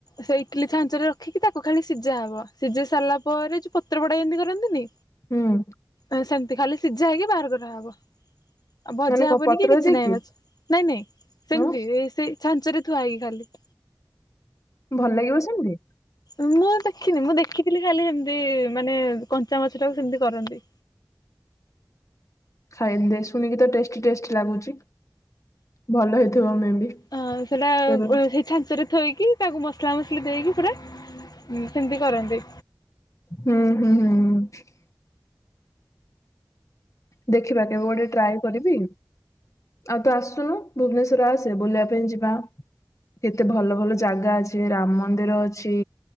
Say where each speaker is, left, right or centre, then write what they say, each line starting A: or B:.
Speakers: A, on the left; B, on the left.
A: ସେ ଇଟିଲି ଛାଞ୍ଚରେ ରଖିକି ତାକୁ ଖାଲି ସିଝା ହବ। ସିଝେଇ ସାରିଲା ପରେ ଯୋଉ ପତ୍ରପୋଡ଼ା ଜେମିତି କରନ୍ତିନି?
B: ହୁଁ
A: ଏ ସେମିତି ଖାଲି ସିଝା ହେଇକି ବାହାର କରା ହବ। ଆଉ ଭଜା
B: ମାନେ କଣ
A: ହବନି
B: ପତ୍ରରେ
A: କି କିଛି
B: ଦେଇକି
A: ନାଇଁ ମାଛ ନାଇଁ ନାଇଁ ସେମିତି
B: ହଁ
A: ଏ ସେ ଛାଞ୍ଚରେ ଥୁଆ ହେଇକିି ଖାଲି।
B: ଭଲ ଲାଗିବ ସେମିତି?
A: ଉଁ ମୁ ଦେ ଦେଖିନି ମୁଁ ଦେଖିଥିଲି ଖାଲି ହେମିତି ମାନେ କଞ୍ଚା ମାଛଟାକୁ ସେମିତି କରନ୍ତି।
B: ଖାଇନି ଶୁଣିକି ତ ଟେଷ୍ଟି ଟେଷ୍ଟି ଲାଗୁଛି। ଭଲ ହେଇଥିବ ଆମେ ବି
A: ଅ ସେଟା
B: କେବେ
A: ସେଇ ଛାଞ୍ଚରେ ଥୋଇକି ତାକୁ ମସଲା ମସଲି ଦେଇକି ପୁରା ସେମିତି କରନ୍ତି।
B: ହୁଁ ହୁଁ ହୁଁ । ଦେଖିବା କେବେ ଗୋଟେ ଟ୍ରାଏ କରିବି। ଆଉ ତୁ ଆସୁନୁ ଭୁବନେଶ୍ୱର ଆସେ ବୁଲିବା ପାଇଁ ଯିବା। କେତେ ଭଲ ଭଲ ଜାଗା ଅଛି। ରାମ ମନ୍ଦିର ଅଛି